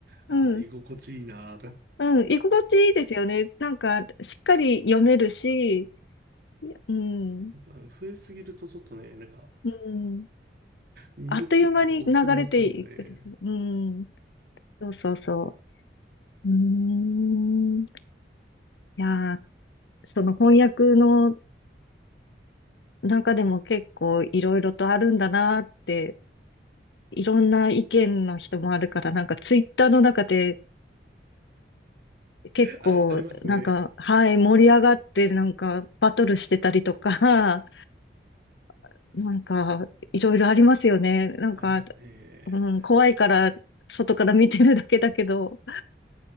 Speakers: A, on the right; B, on the left.
A: ああ、
B: ー、うん。
A: 居心地いいなぁと
B: うん、居心地いいですよね。なんか、しっかり読めるし、いやうん、
A: さ増えすぎるとちょっとね、なんか、
B: うん。
A: 見ることが億劫になっちゃうんでね。
B: あっという間に流れていくでしょ。うん、そうそうそう。うーん。いやー、その翻訳の中でも結構いろいろとあるんだなーって、いろんな意見の人もあるから、なんかツイッターの中で結構、
A: あ、ありますね。
B: なんか、はい、盛り上がって、なんか、バトルしてたりとか、<laughs> なんか、いろいろありますよね。
A: <laughs>
B: なんか、
A: ありますね。
B: うん、怖いから、外から見てるだけだけど、